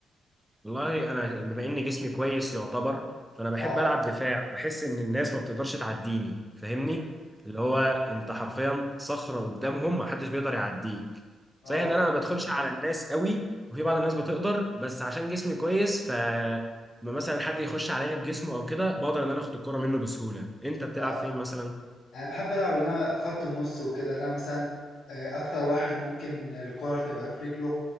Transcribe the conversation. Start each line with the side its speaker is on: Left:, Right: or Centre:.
Centre: والله انا بما ان جسمي كويس يعتبر فانا بحب
Left: اه
Centre: العب دفاع بحس ان الناس ما بتقدرش تعديني فاهمني
Left: مم.
Centre: اللي هو انت حرفيا صخره قدامهم ما حدش بيقدر يعديك
Left: اه
Centre: صحيح ان انا ما بدخلش على الناس قوي وفي بعض الناس بتقدر بس عشان جسمي كويس ف لما مثلا حد يخش عليا بجسمه او كده بقدر ان انا اخد الكرة منه بسهوله انت بتلعب
Left: اه
Centre: فين مثلا
Left: أنا باحب ألعب اللي أنا في خط النُص وكده، اللي أنا مثلًا آآ أكتر واحد ممكن الكورة تبقى في رجله،